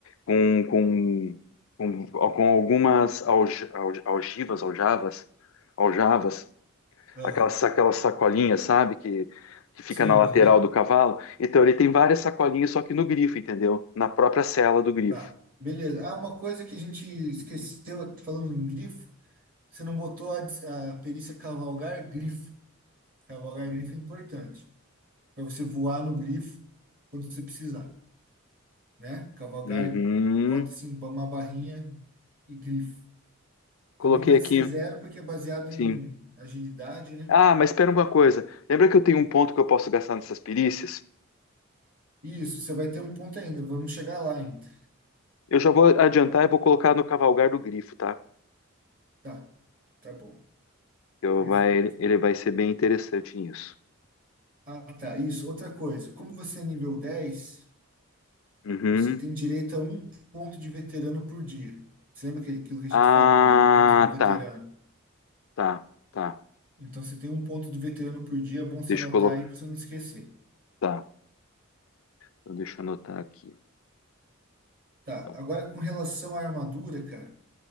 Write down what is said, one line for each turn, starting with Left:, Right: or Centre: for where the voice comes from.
Left: com, com, com, com algumas alj, alj, algivas, aljavas, aljavas,
Right: Ah,
Left: aquelas, aquelas sacolinhas, sabe, que, que fica
Right: sim,
Left: na lateral
Right: aham,
Left: do cavalo. Então ele tem várias sacolinhas, só que no grifo, entendeu? Na própria sela do grifo.
Right: tá. Beleza. Ah, uma coisa que a gente esqueceu, falando em grifo, você não botou a, dis- a perícia cavalgar grifo. Cavalgar grifo é importante, para você voar no grifo quando você precisar, né? Cavalgar,
Left: Uhum.
Right: bota assim, uma barrinha e grifo.
Left: Coloquei
Right: Também vai
Left: aqui.
Right: ser zero porque é baseado
Left: Sim.
Right: em agilidade, né?
Left: Ah, mas espera uma coisa. Lembra que eu tenho um ponto que eu posso gastar nessas perícias?
Right: Isso, você vai ter um ponto ainda. Vamos chegar lá ainda.
Left: Eu já vou adiantar e vou colocar no cavalgar do grifo, tá?
Right: Tá, tá bom.
Left: Eu
Right: Perfeito.
Left: vai, ele vai ser bem interessante nisso.
Right: Ah, tá. Isso. Outra coisa. Como você é nível 10,
Left: Uhum.
Right: você tem direito a um ponto de veterano por dia. Você lembra que- aquilo que a
Left: Ah,
Right: gente falou, né? Do ponto do veterano.
Left: tá, tá, tá.
Right: Então você tem um ponto do veterano por dia. É bom você
Left: Deixa
Right: anotar
Left: eu colocar.
Right: aí para você não esquecer.
Left: Tá, então deixa eu anotar aqui.
Right: Tá.
Left: Então,
Right: Agora com relação à armadura, cara.